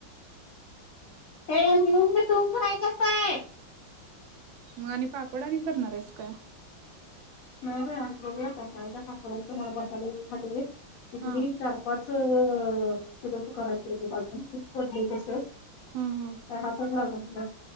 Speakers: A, on the left; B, on the right.
A: ए मिळून मिसळून खेळायच असतय
B: म आणि पापड आणि करणार हाईस काय?
A: नाही बाई आज बघूया आता काय त्या पापडच तर मला बसायला येईना झालय किती
B: हा
A: ई चार पाच सगळं तिकडचं करायचं हाय गं पाच ऊन पडलंय तसंच
B: हम्म हम्म
A: अ हात लागा--ने